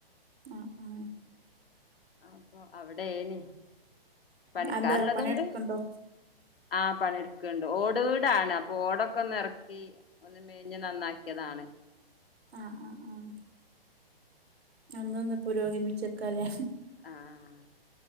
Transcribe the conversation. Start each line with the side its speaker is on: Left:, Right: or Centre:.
Right: ആഹ് ആഹ്
Left: അപ്പൊ അവിടേനി പണിക്കാര്
Right: എന്താ
Left: ഉള്ളതോണ്ട്
Right: പണിയെടുക്കണ്ടോ
Left: ആ പണിട്ക്ക്‌ണ്ട് ഓട് വീടാണ് അപ്പൊ ഓടൊക്കെന്നെറക്കി ഒന്ന് മേഞ്ഞ് നന്നാക്ക്യതാണ്
Right: ആഹ് ആഹ് ആഹ് എന്നാഒന്ന് പുരോഗമിച്ചേക്കാല്ലേ
Left: ആഹ്